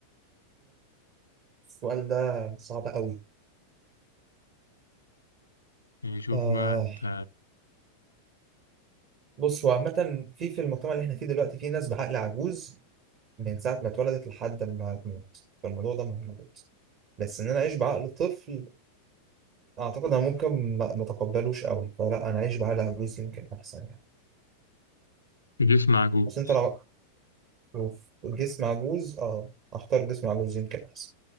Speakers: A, on the right; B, on the left.
A: السؤال ده صعب قوي
B: يعني شوف
A: آه
B: بقى أنت
A: بص هو عامة في في المجتمع اللي احنا فيه دلوقتي في ناس بعقل عجوز من ساعة ما اتولدت لحد ما تموت فالموضوع ده مهم بس ان انا اعيش بعقل طفل اعتقد انا ممكن ما ما اتقبلوش قوي فلا انا اعيش بعقل عجوز يمكن احسن يعني
B: في جسم عجوز
A: بس انت لو في جسم عجوز اه اختار جسم عجوز يمكن احسن